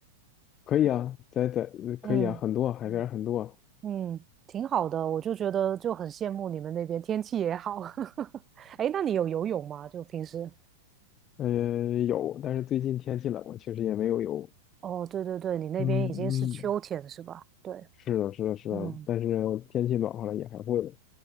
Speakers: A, on the left; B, on the right.
A: 可以啊，在在可以啊，
B: 嗯嗯，
A: 很多啊海边儿很多啊
B: 嗯，挺好的，我就觉得就很羡慕你们那边天气也好。<laughs> 哎那你有游泳吗？就平时？
A: 嗯，有，但是最近天气冷了，确实也没有游。
B: 哦，对对对，你那边已经是秋天是吧？
A: 嗯嗯，
B: 对，
A: 是的，是的，是的，
B: 嗯
A: 但是天气暖和了也还会的。